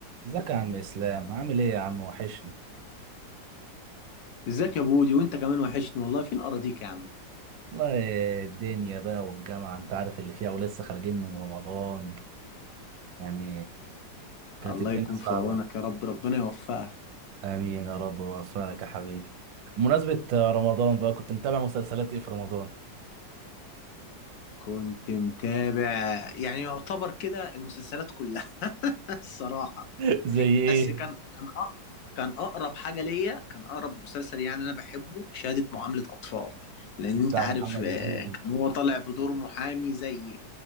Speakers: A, on the right; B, on the left.
A: ازيك يا عم اسلام عامل ايه يا عم وحشني
B: ازيك يا بودي وانت كمان وحشني والله فين اراضيك يا عم
A: والله الدنيا بقى والجامعه انت عارف اللي فيها ولسه خارجين من رمضان يعني كانت
B: الله
A: الدنيا
B: يكون
A: صعبه
B: في عونك يا رب ربنا يوفقك
A: امين يا رب ويوفقك يا حبيبي بمناسبة رمضان بقى كنت متابع مسلسلات ايه في رمضان
B: كنت متابع يعني يعتبر كده المسلسلات كلها <laughs> الصراحة
A: <laughs> زي ايه
B: بس كان كان أقرب كان اقرب حاجة ليا كان اقرب مسلسل يعني انا بحبه شهادة معاملة اطفال لان
A: بتاع
B: انت عارف
A: محمد
B: آه،
A: هنيدي
B: كان هو طالع بدور محامي زيي